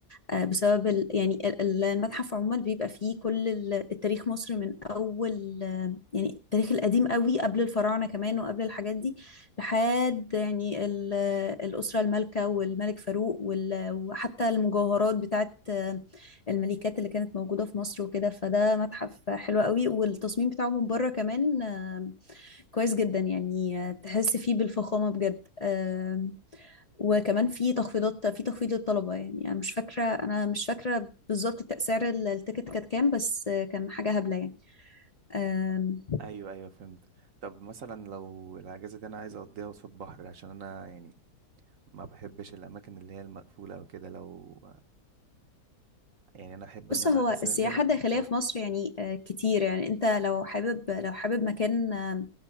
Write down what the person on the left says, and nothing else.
آه، بسبب ال يعني ال- ال- المتحف عموما بيبقى فيه كل ال- التاريخ مصر من أول آه، يعني التاريخ القديم قوي قبل الفراعنة كمان وقبل الحاجات دي لحد يعني ال- آه، الأسرة المالكة والملك فاروق وال- وحتى المجوهرات بتاعت الملكات اللي كانت موجودة في مصر وكده فده متحف حلو قوي والتصميم بتاعه من بره كمان آه، كويس جدا يعني آه، تحس فيه بالفخامة بجد آم، وكمان في تخفيضات في تخفيض للطلبة يعني أنا مش فاكرة أنا مش فاكرة بالظبط سعر ال- التيكت كانت كام بس آه، كان حاجة هبلة يعني آم،
بص
هو
السياحة الداخلية
في مصر يعني آه، كتير يعني انت لو حابب لو حابب مكان آه،